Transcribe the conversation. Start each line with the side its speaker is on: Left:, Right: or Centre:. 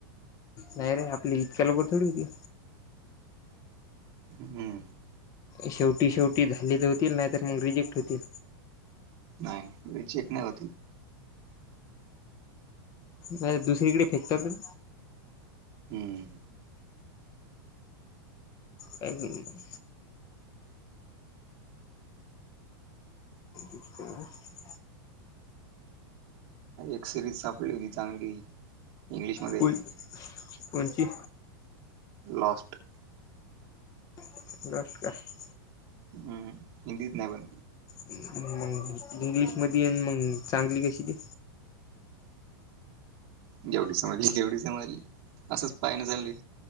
Left: नाही रे आपली इतक्या ला बसत होती.
Right: हम् हम्म
Left: शेवटी शेवटी झाले तर होतील नाही तर मग रिजेक्ट होतील.
Right: नाही नाही रिजेक्ट नाही होत.
Left: नाही दुसरीकडे फेकतात काय?
Right: हम्म
Left: काय हम्म <unintelligible>
Right: एक सिरीज सापडली होती चांगली. इंग्लिशमध्ये
Left: कुल <unintelligible> कोणची
Right: लाॉस्ट
Left: <unintelligible> लॉस्ट काय?
Right: हम्म हिंदीच नाय बाय.
Left: हम्म मग इंग्लिश मध्ये मग चांगली कशी ती
Right: जेवढी समजली तेवढी समजली असंच पाहिणं चांगली.